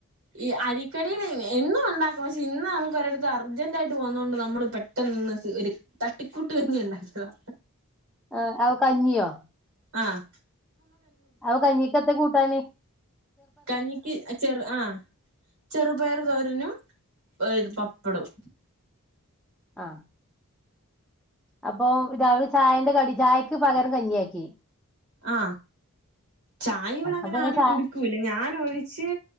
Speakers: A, on the right; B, in the centre.
A: ഈ അരിക്കടിൽ എന്നും ഉണ്ടാക്കും പക്ഷെ ഇന്ന് നമുക്ക് ഒരിടത്ത് അർജന്റ് ആയിട്ട് പോവതോണ്ട് നമ്മൾ പെട്ടെന്ന്ഒന്ന് ഒരു തട്ടിക്കൂട്ട് കഞ്ഞി ഉണ്ടാക്കിയതാ
B: ആ അവ കഞ്ഞിയോ
A: ആഹ
B: അവ കഞ്ഞികെന്താ കൂട്ടാനെ
A: കഞ്ഞിക്ക് ചെറു ആഹ ചെറുപയർ തോരനും ഇത് പപ്പാ- ടോം
B: ആ അപ്പൊ ഇത ചായന്റെ കടി ചായ ക്ക് പകരം കഞ്ഞിയ ആക്കി
A: ആ ചായ ഇവിടെ അങ്ങനെ
B: അപ്പൊ നിങ്ങൾ
A: ആരും
B: ചായ
A: കുടിക്കൂല്ല ഞാൻ ഒഴിച്ച്